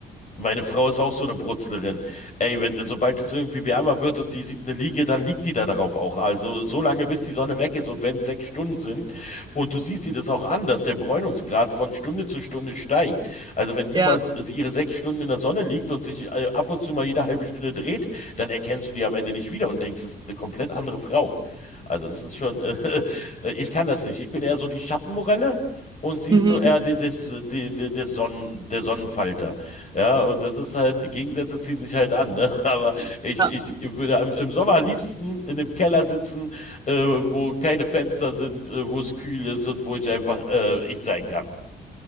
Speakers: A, on the left (about 35°); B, on the right (about 20°).
A: Meine Frau ist auch so eine Brutzlerin. Ey, wenn, sobald es irgendwie wärmer wird und die sieht eine Liege, dann liegt die da darauf auch. Also so lange, bis die Sonne weg ist und wenn es sechs Stunden sind und du siehst dir das auch an, dass der Bräunungsgrad von Stunde zu Stunde steigt. Also wenn die
B: Ja.
A: mal s- ihre sechs Stunden in der Sonne liegt und sich äh, ab und zu mal jede halbe Stunde dreht, dann erkennst du die am Ende nicht wieder und denkst, das ist eine komplett andere Frau. Also das ist schon, <laughs> äh, ich kann das nicht. Ich bin eher so die Schattenmorelle und sie ist
B: Mhm.
A: so eher die, des, die, die, des Sonnen, der Sonnenfalter. Ja, und das ist halt, Gegensätze ziehen sich halt an, ne? <laughs> Aber ich,
B: ja.
A: ich würde am, im Sommer am liebsten in einem Keller sitzen, äh, wo keine Fenster sind, äh, wo es kühl ist und wo ich einfach äh, ich sein kann.